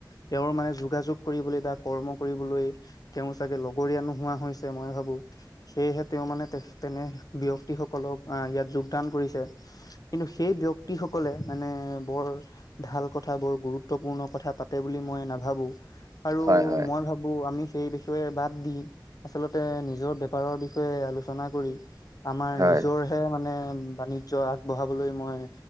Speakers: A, on the left; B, on the right.
A: তেওঁৰ মানে যোগাযোগ কৰিবলৈ বা কৰ্ম কৰিবলৈ তেওঁ চাগে লগৰীয়া নোহোৱা হৈছে মই ভাবোঁ। সেয়েহে, তেওঁ মানে তে- তেনে ব্যক্তিসকলক আহ, ইয়াত যোগদান কৰিছে। কিন্তু, সেই ব্যক্তি সকলে মানে, বৰ ভাল কথাবোৰ বৰ গুৰুত্বপূৰ্ণ কথা পাতে বুলি মই নাভাবোঁ। আৰু
B: হয় হয়
A: মই ভাবোঁ, আমি সেই বিষয়ে বাদ দি আচলতে নিজৰ বেপাৰৰ বিষয়ে আলোচনা কৰি আমাৰ
B: হয়
A: নিজৰহে মানে, বাণিজ্য আগবঢ়াবলৈ মই